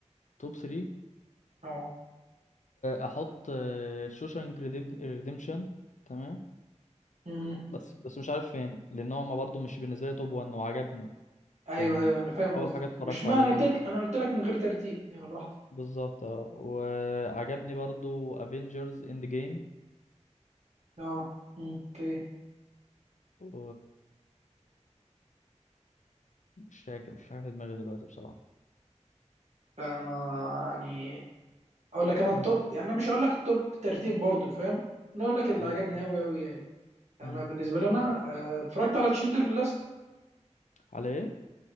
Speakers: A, on the left; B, on the right.
A: توب 3
B: أه
A: احط شوشانك ريديمشن تمام
B: أمم.
A: بس بس مش عارف فين لان هو ما برضه مش بالنسبه لي توب 1 وعجبني
B: أيوه
A: لان
B: أيوه
A: تقريباً
B: أنا فاهم
A: اول
B: قصدك
A: حاجه اتفرجت
B: مش ما
A: عليها
B: أنا قلت
A: بس
B: لك أنا قلت لك من غير ترتيب يعني براحتك
A: بالظبط آه. وعجبني برضه افنجرز اند جيم
B: اه مم، اوكي
A: و مش فاكر مش عارف دماغي دلوقتي بصراحه
B: فانا يعني اقول لك انا التوب
A: مم.
B: يعني انا مش هقول لك التوب ترتيب برضو فاهم انا اقول لك اللي
A: ايوه
B: عجبني قوي قوي يعني انا
A: مم.
B: بالنسبه لي انا آه، اتفرجت على تشندر ليست
A: على ايه